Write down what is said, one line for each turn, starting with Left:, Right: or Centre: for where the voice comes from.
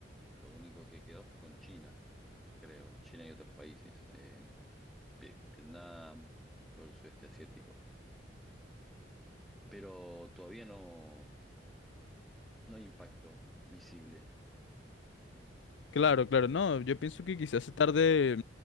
Centre: Lo único que quedó fue con China, creo, China y otros países, eh, Vi- Vietnam, todo el sudeste asiático. Pero todavía no. No hay impacto visible.
Left: Claro, claro, no, yo pienso que quizás se tarde,